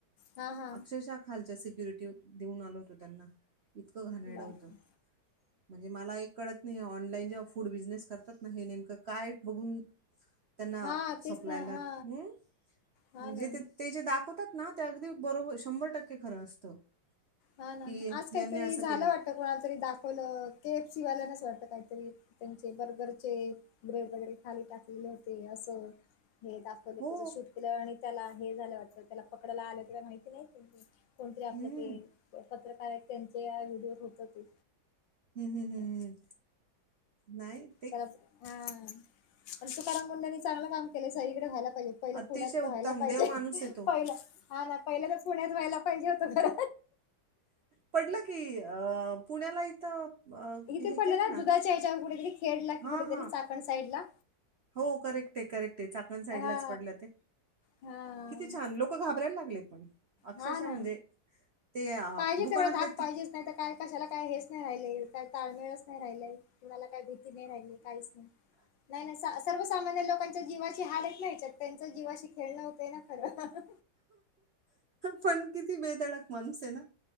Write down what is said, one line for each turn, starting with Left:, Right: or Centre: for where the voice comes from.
Left: हा हा
Right: अक्षरशः खालच्या सिक्युरिटी देऊन आलो होतो त्यांना इतकं घाणेड
Left: बापरे
Right: होतं म्हणजे मला एक कळत नाही ऑनलाईन जेव्हा फूड बिजनेस करतात ना हे नेमकं काय बघून त्यांना
Left: हा तेच
Right: सपलायला
Left: ना हा
Right: हम्
Left: हा
Right: म्हजे
Left: ना
Right: ते ते जे दाखवतात ना ते अगदी बरोबर शंभर टक्के खरं असतं
Left: हा ना
Right: की
Left: आज काहीतरी
Right: यांनी असं
Left: झालं
Right: केलं
Left: वाटत कोणाला तरी दाखवलं के एफसी वाल्यानच वाटत काहीतरी त्यांचे बर्गरचे ब्रेड वगैरे खाली टाकले नव्हते असं हे दाखवलं
Right: हो
Left: त्याचं शूट केलं आणि त्याला हे झालं वा त्याला पकडायला आलं ते माहिती नाही कोणतरी आपलं
Right: हम्म
Left: ते पत्रकार आहेत त्यांच्या व्हिडिओत होत ते
Right: हम्म हम्म हम्म
Left: ं
Right: हम्म. नाही ते
Left: त्याला हा पण तुकाराम मुुंडेनी चांगलं काम केलंय सगकडे व्हायला पाहिजे पहिलं
Right: अतिशय
Left: पुण्यात
Right: उत्तम
Left: राहायला पाहिजे
Right: देव माणूस आहे तो
Left: पहिलं हा ना पहिलं तरच पुण्यात व्हायला पाहिजे होत खर
Right: पडलं की अ पुण्याला इथं अ,
Left: इथे
Right: हे
Left: पडलं
Right: केलं
Left: ना दुधाच्या येढे कुठेतरी खेडला
Right: हां,
Left: की कुठेतरी
Right: हां.
Left: चाकण साईड ला
Right: हो करेक्ट आहे करेक्ट आहे चाकण साईडलाच
Left: हा
Right: पडलं ते
Left: हा
Right: किती छान लोक लोक घाबरायला लागले पण अक्षरशः
Left: हा ना
Right: म्हणजे ते अ,
Left: पाहिजे
Right: दुकानातले
Left: तेवढं धाक
Right: ते
Left: पाहिजेच नाही तर काय कशाला काय हेच नाही राहिलंय काय ताळमेळच नाही राहिलंय तुणाला काही भीती नाही राहिली काहीच नाही नाही नाही सर्वसामान्य लोकांच्या जीवाची हाल येत नाही या्याच्यात त्यांच जीवाशी खेळणं होतंय ना खरं
Right: पण किती बेधडक माणूस आहे ना